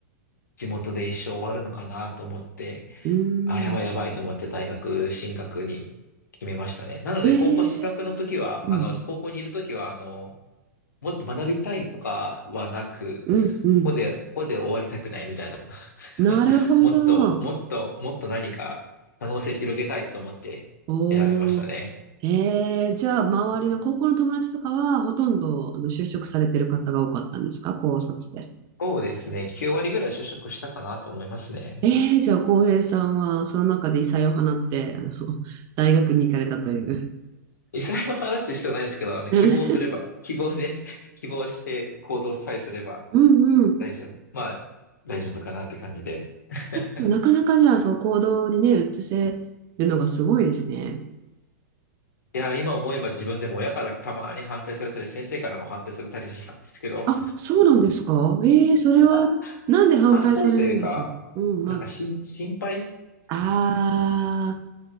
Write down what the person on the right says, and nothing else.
うーん。
ええ、
うん
うんうん。
なるほど。
おお。ええ、じゃあ、周りの高校の友達とかは、ほとんどあの就職されてる方が多かったんですか高卒で。
ええ、じゃあ、浩平さんは、その中で異彩を放って、あの、大学に行かれたという。
う
んうん
なかなかじゃあ、その行動にね、移せるのがすごいですね。
あ、そうなんですかええそれは、
なんで反対されるんでしょう。
うん、ま
あ、あー、